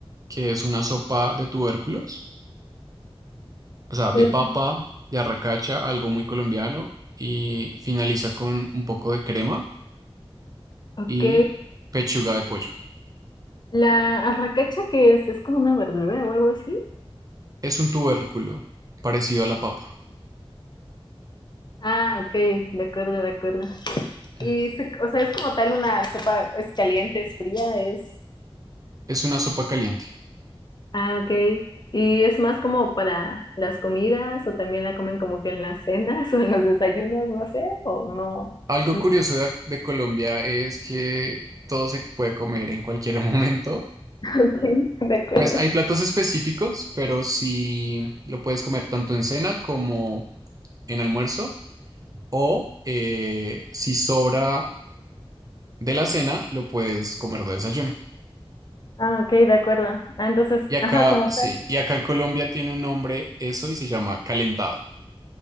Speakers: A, on the right; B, on the left.
A: que es una sopa de tubérculos. o sea, de
B: Eh,
A: papa, de arracacha, algo muy colombiano, y finaliza con un poco de crema
B: Ok,
A: y pechuga de pollo.
B: La arracacha que es, es como una verdura o algo así.
A: Es un tubérculo parecido a la papa.
B: Ah, ok, de acuerdo, de acuerdo. Y,
A: Mm.
B: se- o sea, es como tal una sopa, es caliente, es fría, es...
A: Es una sopa caliente.
B: Ah, ok. ¿Y es más como para las comidas o también la comen como que en las cenas <laughs> o en los desayunos, no sé, o no?
A: Algo
B: No.
A: curioso de, ac- de Colombia es que todo se puede comer en cualquier <laughs> momento.
B: <laughs> Ok, de acuerdo.
A: Pues hay platos específicos, pero sí lo puedes comer tanto en cena como en almuerzo, o eh, si sobra de la cena, lo puedes comer de desayuno.
B: Ah, ok, de acuerdo. Ah, entonces,
A: Y acá,
B: ajá, como
A: sí,
B: tal.
A: y acá en Colombia tiene un nombre eso y se llama calentado.